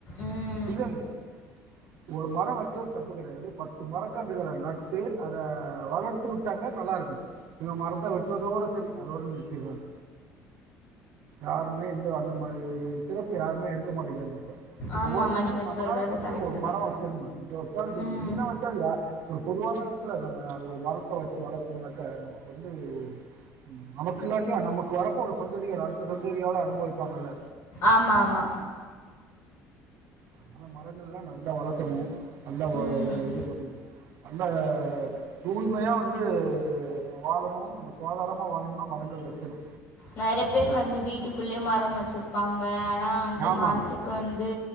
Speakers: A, on the left; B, on the right.
A: ம்
B: புரிதா இல்லையா ஒரு மரோ வெட்றது தப்பு கெடையாது பத்து மரக்கன்றுகள நட்டு அத வளர்த்து விட்டாக்க நல்லா இருக்கு. இவங்க மரத்த வெட்றதோட சரி அதோட நிறுத்திர்றாங்க. யாருமே எந்த அந்த மாரி சிறப்பு யாருமே எடுக்க மாட்டேங்கிறாங்க இப்ப
A: ஆமா
B: ஒவ்வொரு
A: ஆமா
B: மனிதன்
A: நீங்க
B: நம்மளால
A: சொல்றது
B: முடிஞ்சது
A: கரெக்டு
B: ஒரு மரோ
A: தான்
B: வைக்கணும்மா எங்க வச்சாலு சரி
A: ம்
B: எங்கன வச்சாலு யா ஒரு பொதுவான எடத் துல நம்ம ஒரு மரத்த வச்சு வளத்தம்னாக்க நமக்கு வந்து ம் நமக்கு இல்லாட்டியு நமக்கு வரப்போற சந்ததிகள் அடுத்த சந்ததியாவது அனுபவிப்பாங்கல்ல
A: ஆமா ஆமா
B: அதனால மரங்கள்லா நல்லா வளக்கணு நல்லா அ அதாவ்து
A: ம்
B: இது பண்ணணு நல்ல அ தூய்மையா வந்து நம்ம வாழணு நம்ம சுகாதாரமா வாழணுன்னா மரங்கள் வைக்கணு
A: நெறைய பேர் வந்து வீட்டுக்குள்ளயே மரம் வச்சிருப்பாங்க ஆனா வந்து
B: ஆமா
A: மரத்துக்கு வந்து